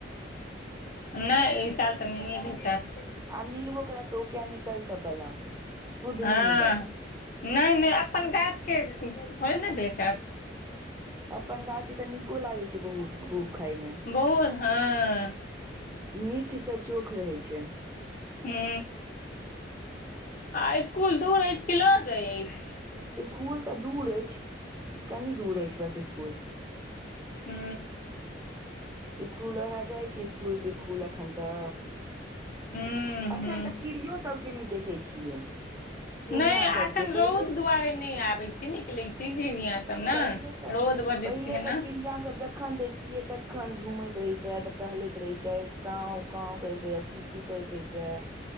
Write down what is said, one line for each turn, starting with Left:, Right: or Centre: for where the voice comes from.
Left: <inaudible> नै ई साल तऽ नहिए भेटत
Right: आ मिलबो करत ओ केमिकल सब बला शुद्ध नहि
Left: हँ
Right: मिलत
Left: नै नै अपन गाछ कऽ थोड़े न भेटत
Right: अपन गाछ कऽ तऽ नीको लागै छै बहुत खूब खायमे <inaudible>
Left: बहुत हँ
Right: मीठ से चोख रहे छै
Left: हु <inaudible> आ इसकुल दूर ऐछ कि लग ऐछ
Right: इसकुल तऽ दूर ऐछ <inaudible> कनि दूर अछि बस इसकुल
Left: हू
Right: इसकुल ओहै जाइ छी इसकुल तिसकुल अखन तऽ
Left: हूँ
Right: एखन
Left: हूँ
Right: तऽ चिड़ियो सब केँ नै देखे छियै चिड़िया
Left: नै एखन
Right: सबके
Left: रौद
Right: पहिले
Left: दुआरे नै आबे छै निकले छै चिड़िया सब ने
Right: पहिले तऽ
Left: रौद बड्ड
Right: पहिले
Left: छै
Right: तऽ
Left: ने
Right: चिड़िया सब जखन खन देखतियै तखन घूमैत रहिते तऽ टहलैत रहिते काउव काउव कहैत रहे की करैत रहितै